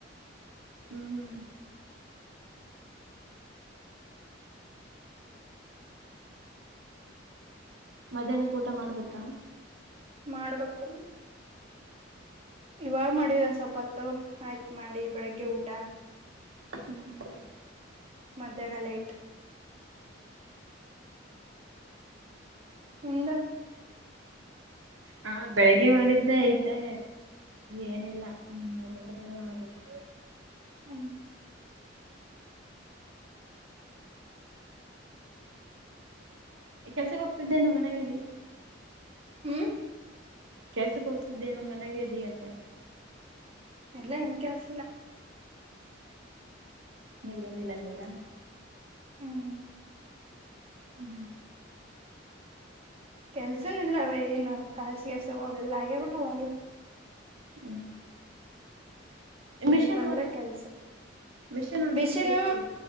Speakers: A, on the right (about 85°); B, on the right (about 30°).
A: ಹ್ಮ್. ಮಧ್ಯಾಹ್ನಕ್ ಊಟ ಮಾಡ್ಬೇಕಾ.
B: ಮಾಡ್ಬೇಕು. ಇವಾಗ ಮಾಡಿದ ಒಂದ ಸ್ವಲ್ಪತ್ತು ಆಯ್ತು ಮಾಡಿ ಬೆಳಗ್ಗೆ ಊಟ.
A: ಹ್ಮ್.
B: ಮಧ್ಯಾಹ್ನ ಲೇಟ್. ಹ್ದ. <unintelligible>
A: ಹಾ ಬೆಳಿಗ್ಗೆ ಮಾಡಿದ್ದೆ ಐತೆ ಏನಿಲ್ಲ ಹ್ಮ ಮೂರ್ ಗಂಟೆ ಮೇಲೆ ಮಾಡ್ಬೇಕು.
B: ಹ್ಮ್.
A: ಕೆಲ್ಸಕ್ಕೆ ಹೋಗ್ತಿದ್ದೇನು ಮನೆಗಿದ್ದಿ.
B: ಹ್ಮ್.
A: ಕೆಲ್ಸಕ್ ಹೋಗ್ತಿದ್ದೇನು ಮನಗೇ ಇದಿ ಅಂದೆ.
B: ಎಲ್ಲಾ ಎನ್ ಕೇಲಸಿಲ್ಲ.
A: ನೀರ್ ಬಂದಿಲ್ಲ ಅಂದೆಲ್ಲ.
B: ಹ್ಮ್
A: ಹ್ಮ್.
B: ಕೆಲ್ಸ ಇಲ್ಲವೇನು ಖಾಸಿಸವೆಲ್ಲ ಆಗ್ಯಬಿಟ್ಟ ಅವಾಗ್ಲಿ.
A: ಹ್ಮ್.
B: ನೀರ್
A: ಮಿಷನ್
B: ಬಂದ್ರೆ
A: ಒಂದ
B: ಕೆಲ್ಸ್
A: ಮಿಷನ್ ಒಂದ್
B: ಬಿಸಿಲ್
A: ದಿನಕ್ಕೆ ಎಷ್ಟು